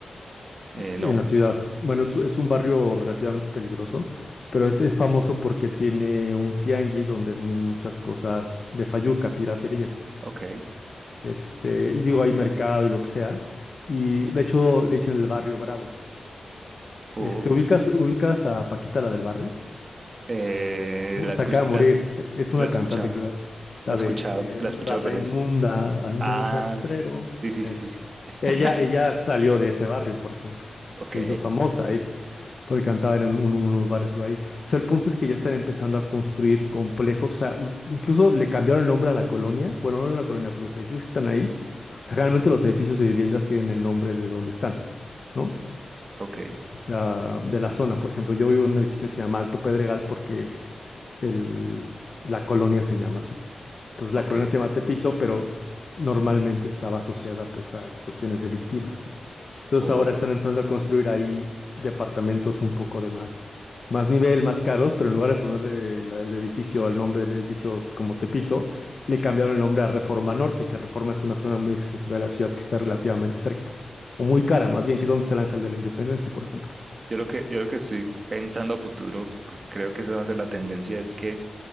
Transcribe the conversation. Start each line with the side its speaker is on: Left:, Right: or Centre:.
Right: eh,
Left: en
Right: no,
Left: la ciudad. Bueno, es, es un barrio relativamente peligroso, pero es, es famoso porque tiene un tianguis donde venden muchas cosas de fayuca, piratería.
Right: ok.
Left: Este, y digo, hay mercado y lo que sea. Y de hecho le dicen el barrio Bravo.
Right: o
Left: Este, ¿ubicas, ubicas a Paquita, la del barrio?
Right: eh,
Left: ¿no?
Right: la
Left: Se
Right: escucha.
Left: acaba de morir. E- Es una
Right: La he escuchado,
Left: cantante, que la, la
Right: la he escuchado,
Left: de eh,
Right: la he escuchado,
Left: Rata
Right: pero...
Left: Inmunda, Animal
Right: Ah,
Left: Rastrero.
Right: sí, sí,
Left: Eso.
Right: sí, sí, sí. <laughs>
Left: Ella, ella salió de ese barrio, por ejemplo.
Right: Ok,
Left: Se hizo famosa ahí, porque cantaba en un- unos bares de ahí. Entonces, el punto es que ya están empezando a construir complejos. O sea, l- incluso le cambiaron el nombre a la colonia. Bueno, no a la colonia, pero los edificios que están ahí. O sea, generalmente los edificios de viviendas tienen el nombre de donde están, ¿no?
Right: ok,
Left: O sea, de la zona. Por ejemplo, yo vivo en un edificio que se llama Alto Pedregal porque el- la colonia se llama así. Entonces la
Right: ok.
Left: colonia se llama Tepito, pero normalmente estaba asociada pues a cuestiones delictivas. Entonces
Right: Oh,
Left: ahora están empezando a construir ahí departamentos un poco de más, más nivel, más caros, pero en lugar de poner el, el edificio, el nombre del edificio como Tepito, le cambiaron el nombre a Reforma Norte, que Reforma es una zona muy exclusiva de la ciudad que está relativamente cerca, o muy cara, más bien, que es donde está el Ángel de la Independencia, por ejemplo.
Right: Yo lo que, yo lo que estoy pensando a futuro, porque creo que esa va a ser la tendencia, es que